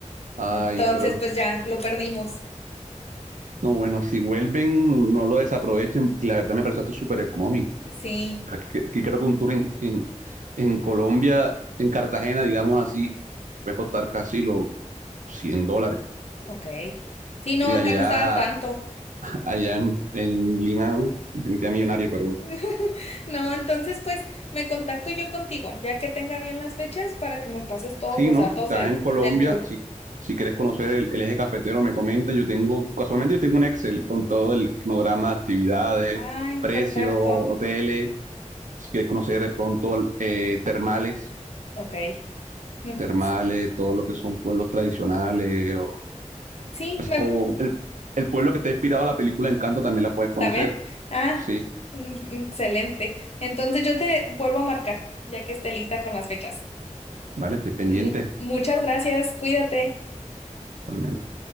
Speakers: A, on the right; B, on the left.
A: ay,
B: Entonces,
A: pero
B: pues ya, lo perdimos.
A: no, bueno, si vuelven, no lo desaprovechen, que la verdad me pareció esto súper económico.
B: Sí,
A: Aquí, aquí creo que un tour en, en, en Colombia, en Cartagena, digamos así, puede costar casi los 100 dólares.
B: ok. Sí, no,
A: Y
B: acá
A: allá,
B: no estaba tanto.
A: allá en, en Lima, uf, me sentía millonario, pero bueno.
B: <laughs> No, entonces, pues me contacto yo contigo, ya que tenga bien las fechas, para que me pases todos
A: Sí,
B: los
A: ¿no?
B: datos
A: Si estás
B: del,
A: en Colombia,
B: del tour.
A: si, si quieres conocer el, el eje cafetero, me comenta. Yo tengo, casualmente yo tengo un Excel con todo el cronograma, actividades,
B: Ay,
A: precios,
B: perfecto.
A: hoteles. Si quieres conocer de pronto eh, termales,
B: Ok. <laughs>
A: termales, todo lo que son pueblos tradicionales,
B: Sí, me-
A: O el, el pueblo que está inspirado a la película Encanto también la puedes conocer.
B: también. Ah,
A: Sí,
B: mm, excelente. Entonces yo te vuelvo a marcar, ya que esté lista con las fechas.
A: vale, estoy pendiente,
B: Mu- muchas gracias, cuídate.
A: probablemente.